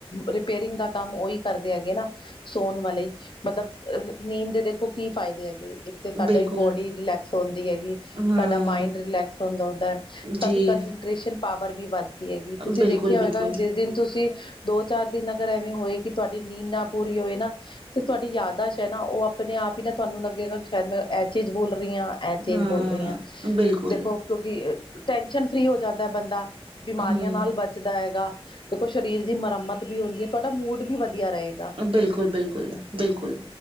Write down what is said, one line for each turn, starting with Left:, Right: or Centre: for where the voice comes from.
Left: ਰਿਪੇਅਰਿੰਗ ਦਾ ਕੰਮ ਉਹੀ ਕਰਦੇ ਹੈਗੇ ਨਾ ਸੋਣ ਵਾਲੇ ਮਤਲਬ ਨੀਂਦ ਦੇ ਦੇਖੋ ਕੀ ਫਾਇਦੇ ਹੈਗੇ ਇੱਕ ਤੇ ਸਾਡਾ
Right: ਬਿਲਕੁਲ
Left: ਬੋਡੀ ਰਿਲੈਕਸ ਹੁੰਦੀ ਹੈਗੀ
Right: ਹਮ
Left: ਸਾਡਾ ਮਾਇੰਡ ਰਿਲੈਕਸ ਹੁੰਦਾ ਹੁੰਦਾ
Right: ਜੀ
Left: ਸਾਡੀ ਕੰਸਟ੍ਰੇਸ਼ਨ ਪਾਵਰ ਵੀ ਵੱਧਦੀ ਹੈਗੀ ਤੁਸੀਂ
Right: ਬਿਲਕੁਲ-ਬਿਲਕੁਲ
Left: ਦੇਖਿਆ ਹੋਏਗਾ ਜਿਸ ਦਿਨ ਤੁਸੀਂ ਦੋ ਚਾਰ ਦਿਨ ਅਗਰ ਐਵੇਂ ਹੋਏ ਕਿ ਤੁਹਾਡੀ ਨੀਂਦ ਨਾ ਪੂਰੀ ਹੋਵੇ ਨਾ ਤੇ ਤੁਹਾਡੀ ਯਾਦਸ਼ ਹੈ ਨਾ ਉਹ ਆਪਣੇ ਆਪ ਹੀ ਨਾ ਤੁਹਾਨੂੰ ਲੱਗੇਗਾ ਸ਼ਾਇਦ ਮੈਂ ਐ ਚੇਜ਼ ਬੋਲ ਰਹੀ ਹਾਂ ਇਹ ਚੀਜ਼
Right: ਹੂੰ
Left: ਬੋਲ ਰਹੀ ਹਾਂ
Right: ਬਿਲਕੁਲ
Left: ਦੇਖੋ ਕਿਉਂਕਿ ਟੈਂਸ਼ਨ ਫਰੀ ਹੋ ਜਾਂਦਾ ਬੰਦਾ ਬਿਮਾਰੀਆਂ
Right: ਹੂੰ
Left: ਨਾਲ ਬਚਦਾ ਹੈਗਾ ਦੇਖੋ ਸਰੀਰ ਦੀ ਮੁਰੰਮਤ ਵੀ ਹੁੰਦੀ ਹੈ ਤੁਹਾਡਾ ਮੂਡ ਵੀ ਵਧੀਆ ਰਹੇਗਾ
Right: ਬਿਲਕੁਲ ਬਿਲਕੁਲ ਬਿਲਕੁਲ